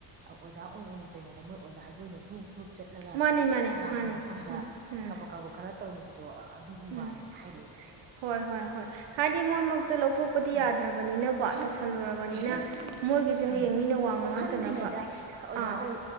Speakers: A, on the right; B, on the right.
A: ꯑꯣꯖꯥ ꯑꯣꯏꯅ ꯑꯣꯏꯅ ꯇꯣꯏꯔꯤꯉꯩꯗ ꯃꯣꯏ ꯑꯣꯖꯥꯒꯤ ꯑꯣꯏꯅ ꯒ꯭ꯔꯨꯞ ꯒ꯭ꯔꯨꯞ ꯆꯠꯂꯒ
B: ꯃꯥꯅꯦ ꯃꯥꯅꯦ
A: ꯑꯔꯥꯞꯄ
B: ꯃꯥꯅꯦ
A: ꯃꯐꯝꯗ
B: ꯎꯝ ꯎꯝ
A: ꯀꯕ ꯀꯕ ꯈꯔ ꯇꯧꯔꯨꯕꯗꯣ ꯑꯗꯨꯒꯤ ꯋꯥꯅꯦꯅ
B: ꯎꯝ
A: ꯍꯥꯏꯔꯛꯑꯦꯕ
B: ꯍꯣꯏ ꯍꯣꯏ ꯍꯣꯏ ꯃꯣꯏꯃꯛꯇ ꯂꯧꯊꯣꯛꯄꯗꯤ
A: ꯎꯝ
B: ꯌꯥꯗ꯭ꯔꯕꯅꯤꯅ ꯀꯣ ꯇꯧꯁꯜꯂꯨꯔꯕꯅꯤꯅ
A: ꯎꯝ
B: ꯃꯣꯏꯒꯤꯁꯨ ꯍꯌꯦꯡ
A: ꯎꯝ
B: ꯃꯤꯅ ꯋꯥ ꯉꯥꯡꯉꯛꯇꯅꯕ
A: ꯑꯣ ꯈꯟꯗ꯭ꯔꯤꯉꯩꯗ ꯑꯣꯖꯥ
B: ꯑꯥ
A: ꯑꯣꯏ